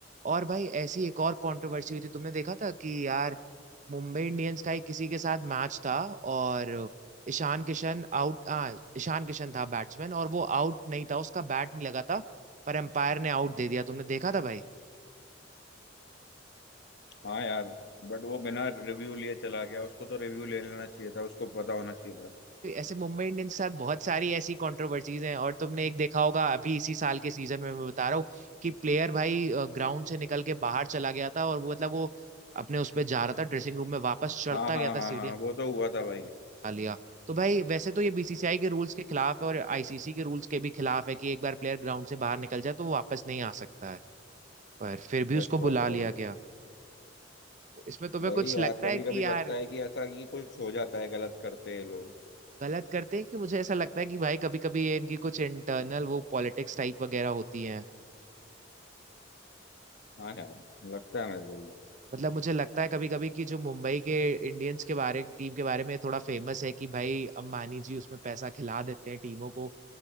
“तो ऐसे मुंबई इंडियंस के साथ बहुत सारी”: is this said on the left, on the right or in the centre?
Right